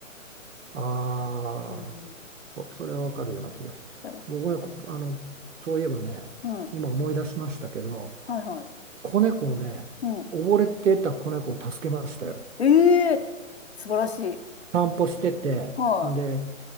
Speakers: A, on the right; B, on the left.
A: ああ、
B: うん。
A: そそれはわかるような気がします。
B: でも、
A: 僕ね、こあの、そういえばね、
B: うん。は
A: 今思い出しましたけど、
B: いはい。
A: 子猫をね、
B: うん。
A: 溺れてた子猫を助けましたよ。
B: ええ素晴らしい。
A: 散歩してて、
B: はい。
A: で、